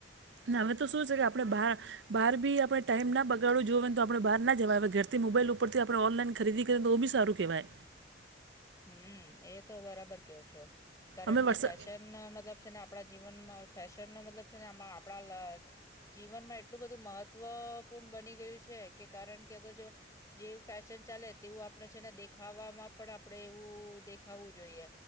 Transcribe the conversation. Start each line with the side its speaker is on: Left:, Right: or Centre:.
Right: અને હવે તો શું છે કે આપણે બહાર, બહાર બી આપણે ટાઈમ ના બગાડવો જોવને તો આપણે બહાર ના જવાય હવે ઘર થી મોબાઈલ ઉપરથી, આપણે ઓનલાઈન ખરીદી કરીએ તો બી સારું કહેવાય
Left: હમ, એ તો બરાબર કેવો છો, કારણ
Right: અમે
Left: કે
Right: વરસા
Left: ફેશન મતલબ છે ને આપણા જીવનમાં ફેશન નો મતલબ છે ને, આપણા લ, જીવનમાં એટલું બધું મહત્વપૂર્ણ બની ગયું છે કે કારણ કે અગર જો જે ફેશન ચાલે તેવું આપણે છેને દેખાવામાં પણ આપ આપડે એવું દેખાવું જોઈએ